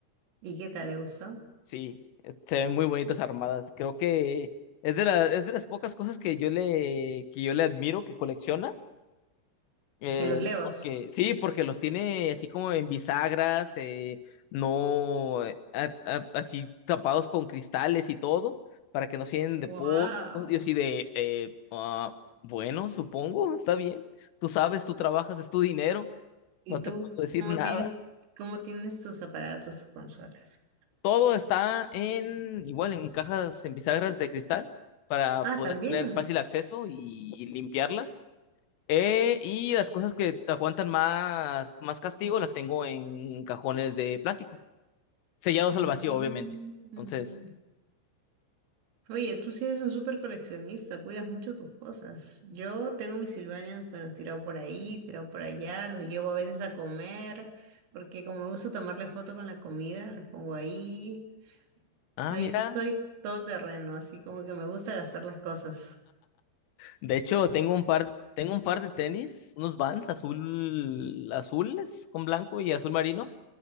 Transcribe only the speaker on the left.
Sí, eh, se ven muy bonitas armadas. Creo que es de la- es de las pocas cosas que yo le, que yo le admiro que colecciona. eh,
porque, sí, porque los tiene así como en bisagras, eh, no eh, a- a- así tapados con cristales y todo, para que no se llenen
de polvo, cosas- y así de eh, ah, bueno, supongo, está bien. Tú sabes, tú trabajas, es tu dinero,
no
te puedo decir
nada.
Todo está en, igual, en cajas, en bisagras de cristal para
poder
tener fácil acceso y, y limpiarlas. Eh, y las cosas que te aguantan más, más castigo las tengo en cajones de plástico, sellados
al vacío, obviamente. Entonces,
ah,
mira.
De hecho, tengo un par, tengo un par de tenis, unos Vans azul, azules con blanco y azul marino.